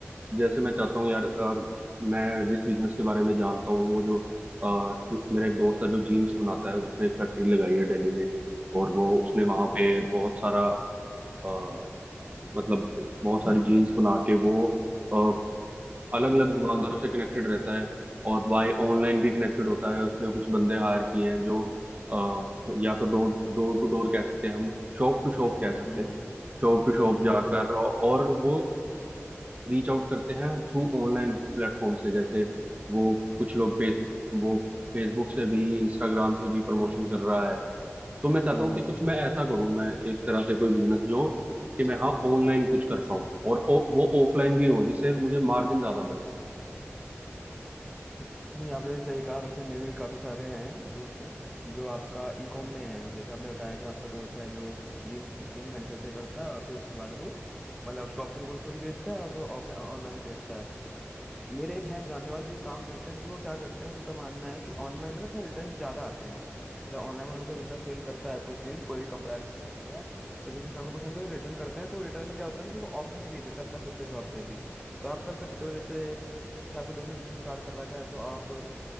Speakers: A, on the right; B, in the centre.
A: जैसे मैं चाहता हूँ यार अ, मैं जिस बिजनेस के बारे में जानता हूँ वो जो अ, मेरा एक दोस्त है जो जीन्स बनाता है उसने एक फैक्ट्री लगाई है दिल्ली में और वो उसने वहाँ
B: अच्छा
A: पे बहुत सारा अ, मतलब बहुत सारी जीन्स बना के वो अलग अलग
B: ऑनलाइन
A: दुकानदारों
B: बेच रहा है
A: से कनेक्टेड रहता है और बाय ऑनलाइन भी कनेक्टेड होता है उसने कुछ बंदे हायर किए हैं जो अ, या तो डोर डोर टू डोर कह सकते हैं हम शॉप टू शॉप कह सकते
B: हम्म
A: हैं शॉप टू शॉप
B: हम्म
A: जाकर
B: हम्म हम्म
A: और वो रीच आउट करते हैं थ्रू ऑनलाइन प्लेटफॉर्म से जैसे वो कुछ लोग फेस वो फेसबुक से भी इंस्टाग्राम से भी प्रमोशन
B: हम्म हम्म
A: कर रहा है तो मैं चाहता
B: हम्म
A: हूँ
B: हम्म,
A: कि कुछ
B: हम्म, हम्म,
A: मैं ऐसा करूँ मैं एक तरह से कोई बिजनेस जो कि मैं हाँ ऑनलाइन कुछ कर पाऊँ और ओ, वो ऑफलाइन भी हो जिससे मुझे मार्जिन ज्यादा बने
B: हम्म, नहीं आपने सही कहा वैसे मेरे भी काफ़ी सारे हैं दोस्त हैं जो आपका ई कॉम में हैं जैसे आपने बताया कि आपका दोस्त है जो जीन्स जीन्स मैन्युफैक्चर करता है और फिर उसके बाद वो मतलब शॉप पे वो उसको भी बेचता है और ऑफलाइन ऑनलाइन भी बेचता है मेरे एक हैं जानने वाले जो ये काम करते हैं लेकिन वो क्या करते हैं उनका मानना है कि ऑनलाइन में ना थोड़ा रिटर्न ज्यादा आते हैं जैसे ऑनलाइन में हम कोई बंदा सेल करता है कोई चीज कोई भी कपड़ा ऐसे कुछ हो गया तो किसी इंसान को पसंद है तो रिटर्न करते हैं तो रिटर्न में क्या होता है ना फिर वो ऑप्शन भेज देते हैं अपना खुद का शॉप पे भी तो आप कर सकते हो जैसे जैसे आपके दोस्त ने जीन स्टार्ट कर रखा है तो आप